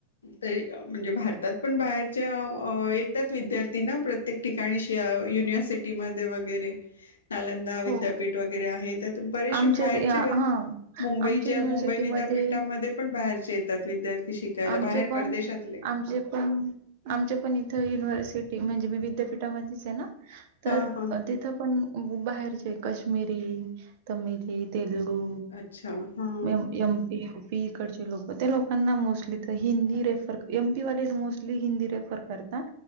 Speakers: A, on the left; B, on the right.
A: ते म्हणजे भारती.. पण बाहेरच्या येतात विद्यार्थी ना. प्रत्येक ठिकाणी युनिव्हर्सिटी. सिटी मध्ये वगैरे. नालंदा विद्यापीठ
B: हो.
A: वगैरे आहे. त्या बरेचसे
B: आमच्या
A: बाहेरचे.
B: ते या हां.
A: मुंबईच्या
B: आमच्या युनिव्हर्सिटीमध्ये
A: मुंबई विद्यापीठामध्ये पण बाहेरचे येतात. विद्यार्थी. शिकायला
B: आमचे
A: बाहेर
B: पण.
A: परदेशातले
B: आमचे पण. आमच्या पण इथ युनिव्हर्सिटी. म्हणजे मी विद्यापीठा मध्येच हाय ना. तर
A: हा हा
B: तिथ पण बाहेरचे क काश्मीरी. तमिली, तेलगू,
A: अच्छा हा
B: एम. पी. पीकडचे लोक. ते लोकांना mostly. Hindi refer M. P. वाले मोस्टली हिंदी रेफर करतात.